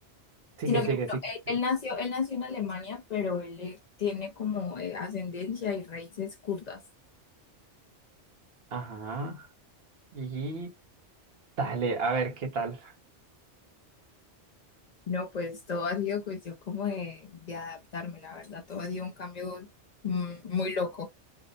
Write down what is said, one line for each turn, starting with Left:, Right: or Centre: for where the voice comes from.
Right: Sigue,
Left: sino que
Right: sigue,
Left: bueno,
Right: sigue.
Left: él,
Right: sigue.
Left: él nació, él nació en Alemania, pero él eh, tiene como eh, ascendencia y raíces kurdas.
Right: Ajá. Y dale, a ver qué tal.
Left: No, pues todo ha sido cuestión como de, de adaptarme, la verdad. Todo ha sido un cambio mm, muy loco,